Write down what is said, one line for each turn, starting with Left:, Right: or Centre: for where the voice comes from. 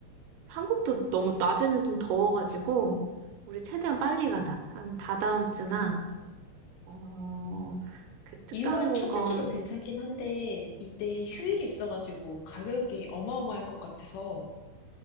Right: 한국도 너무 낮에는 좀 더워가지고 우리 최대한 빨리 가자. 한 다다음 주나 어, 그특항공권
Left: 6월 첫째 주도 괜찮긴 한데, 이때 휴일이
Right: 음.
Left: 있어가지고 가격이 어마어마할 것 같아서,